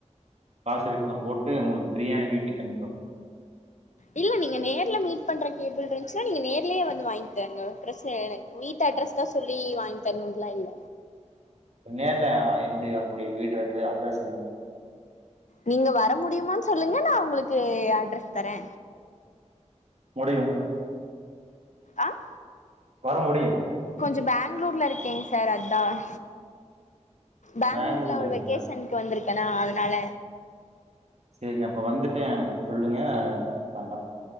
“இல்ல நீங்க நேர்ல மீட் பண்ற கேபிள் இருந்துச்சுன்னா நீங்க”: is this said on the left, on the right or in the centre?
Left